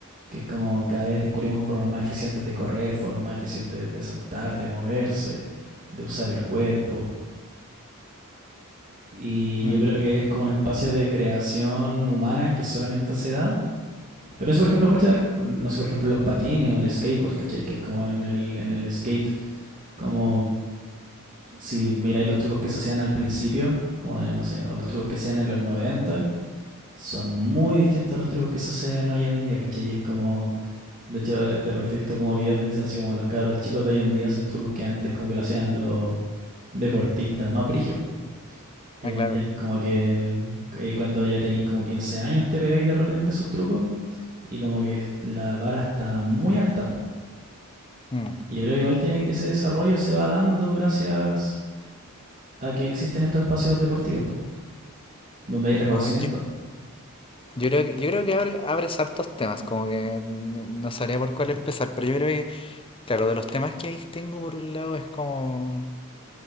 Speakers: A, on the right (about 40°); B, on the left (about 25°).
A: que es como cada vez descubrimos formas más eficientes de correr, formas más eficientes de saltar, de moverse, de usar el cuerpo. Y
B: mm.
A: yo creo que es como un espacio de creación humana que solamente se da. Lo pienso, por ejemplo, muchas, no sé, por ejemplo, los patines o el skateboard, ¿cachai? Que es como en el, en el skate, como si miráis los trucos que se hacían al principio, como de, no sé, o los trucos que se hacían en los 90, son muy distintos a los trucos que se hacen hoy en día, ¿cachai? Y es como De hecho, de repente he visto como videos de dicen así como los cabros chicos de hoy en día hacen trucos que antes como que lo hacían los deportistas más brígidos. Y
B: Ah,
A: hoy en
B: claro.
A: día como que eh, cuando ya tenéis como 15 años te pegáis de repente esos trucos y como que la vara está muy alta. po.
B: Mm.
A: Y yo creo que igual tiene, ese desarrollo se va dando gracias a que existen estos espacios deportivos, po, donde hay reconocimiento.
B: Oh, yo, yo creo que, yo creo que abre, abres hartos temas, como que n- no sabría por cuál empezar, pero yo creo que, claro, de los temas que distingo por un lado es como,